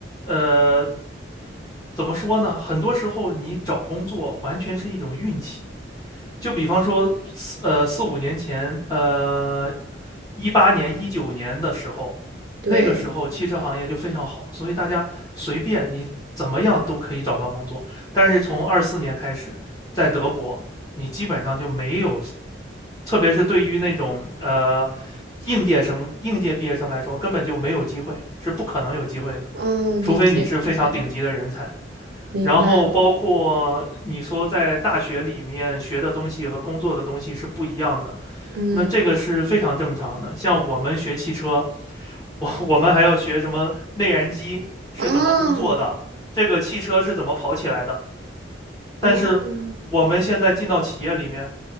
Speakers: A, on the left (about 20°); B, on the right (about 50°).
A: 呃，怎么说呢？很多时候你找工作完全是一种运气。就比方说呃四五年前，呃一八年一九年的时候，
B: 对，
A: 那个时候汽车行业就非常好，所以大家随便你怎么样都可以找到工作。但是从二四年开始，在德国，你基本上就没有，特别是对于那种呃应届生、应届毕业生来说，根本就没有机会，是不可能有机会的，
B: 哦，理解理解，
A: 除非你是非常顶级的人才。
B: 明白了。
A: 然后包括你说在大学里面学的东西和工作的东西是不一样的，
B: 嗯，
A: 那这个是非常正常的。像我们学汽车，我我们还要学什么内燃机是怎么工作的，
B: 啊。
A: 这个汽车是怎么跑起来的。但是我们现在进到企业里面，
B: 哦